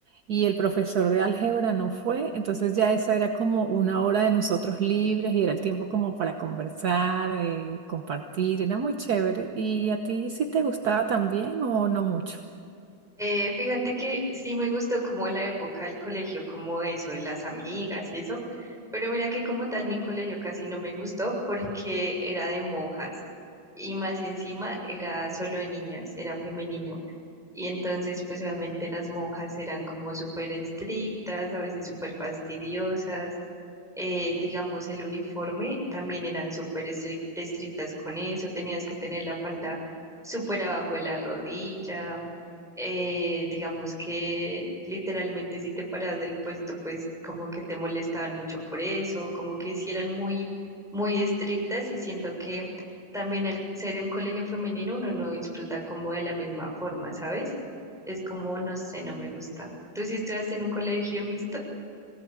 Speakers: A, on the right; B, in the centre.
A: y el profesor de álgebra no fue. Entonces ya esa era como una hora de nosotros libres y era el tiempo como para conversar, eh, compartir. Era muy chévere. ¿Y a ti sí te gustaba también o no mucho?
B: Eh, fíjate que sí me gustó como la época del colegio, como eso, de las amigas y eso, pero mira que como tal mi colegio casi no me gustó porque era de monjas y más encima era solo de niñas, era femenino. Y entonces pues obviamente las monjas eran como súper estrictas, a veces súper fastidiosas, eh, digamos, el uniforme, también eran súper estric- estrictas con eso, tenías que tener la falda súper abajo de la rodilla, eh, digamos que literalmente si te parabas del puesto, pues como que te molestaban mucho por eso, como que sí eran muy, muy estrictas y siento que también al ser un colegio femenino uno no disfruta como de la misma forma, ¿sabes? Es como, no sé, no me gusta. ¿Tú sí estudiaste en un colegio mixto?